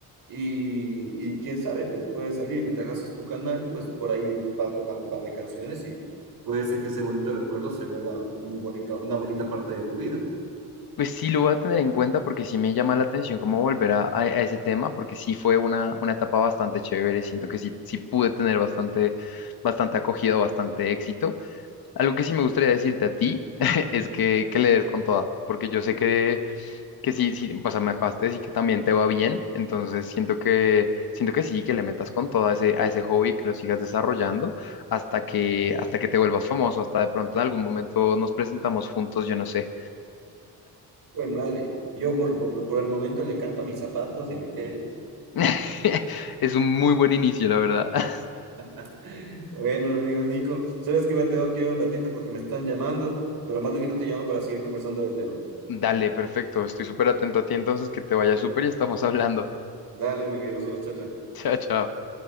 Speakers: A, on the right; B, on the left.
A: y, y quién sabe, pues puede salir. Mientras haces tu canal, pues por ahí vas tocando un par de canciones y puede ser que ese bonito recuerdo se vuelva un bonito, una bonita parte de tu vida.
B: pues sí lo voy a tener en cuenta porque sí me llama la atención cómo volver a, a- a ese tema, porque sí fue una, una etapa bastante chévere, siento que sí, sí pude tener bastante, bastante acogida, bastante éxito. Algo que sí me gustaría decirte a ti <laughs> es que, que le des con toda, porque yo sé que que sí, sí, o sea, me acabaste de decir que también te va bien, entonces siento que, siento que sí, que le metas con todo a ese, a ese hobby, que lo sigas desarrollando hasta que, hasta que te vuelvas famoso, hasta de pronto en algún momento nos presentamos juntos, yo no sé.
A: hijo de madre. Yo por, por, por el momento le canto a mis zapatos y a mi tele.
B: <laughs> Es un muy buen inicio, la verdad. <laughs>
A: <laughs> Bueno, amigo Nico, sabes que me tengo que ir un ratito porque me están llamando, pero más luego te llamo para seguir conversando del tema.
B: Dale, perfecto, estoy súper atento a ti entonces, que te vaya súper y estamos hablando.
A: Dale, amigo, ya nos vemos, chao, chao.
B: <laughs> Chao, chao.